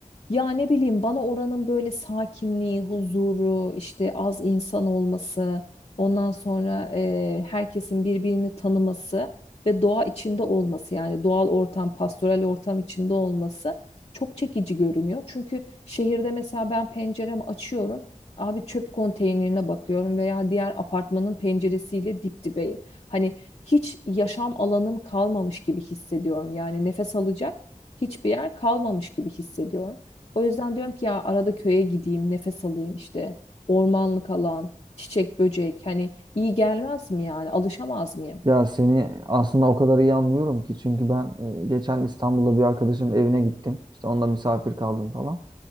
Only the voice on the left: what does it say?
Ya ne bileyim bana oranın böyle sakinliği, huzuru, işte az insan olması, ondan sonra eee, herkesin birbirini tanıması ve doğa içinde olması yani doğal ortam, pastoral ortam içinde olması çok çekici görünüyor. Çünkü şehirde mesela ben penceremi açıyorum, abi çöp konteynerine bakıyorum veya diğer apartmanın penceresiyle dip dibeyim. Hani hiç yaşam alanım kalmamış gibi hissediyorum. Yani nefes alacak hiçbir yer kalmamış gibi hissediyorum. O yüzden diyorum ki ya arada köye gideyim, nefes alayım işte. Ormanlık alan, çiçek, böcek hani iyi gelmez mi yani? Alışamaz mıyım?